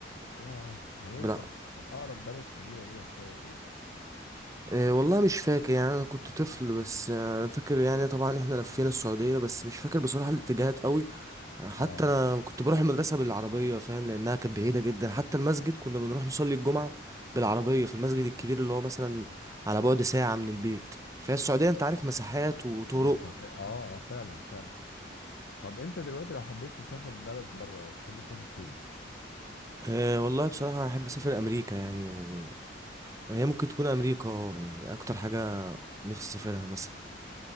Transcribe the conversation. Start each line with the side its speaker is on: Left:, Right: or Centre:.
Left: فيها عملية
Right: لا
Left: طب طب أقرب بلد كبيرة ليها شوية إيه؟
Right: إيه والله مش فاكر يعني انا كنت طفل بس آه، انا فاكر يعني طبعا احنا لفينا السعودية بس مش فاكر بصراحة الاتجاهات قوي حتى
Left: أه
Right: انا كنت بروح المدرسه بالعربيه فاهم لانها كانت بعيده جدا حتى المسجد كنا بنروح نصلي الجمعه بالعربيه في المسجد الكبير اللي هو مثلا على بعد ساعه من البيت فهي السعوديه انت عارف مساحات وطرق
Left: مسافة أه أه فعلا فعلا طب أنت دلوقتي لو حبيت تسافر بلد بره تحب تسافر فين؟
Right: أه والله بصراحه احب اسافر امريكا يعني و... هي ممكن تكون امريكا اه يعني اكتر حاجه نفسي اسافرها مثلا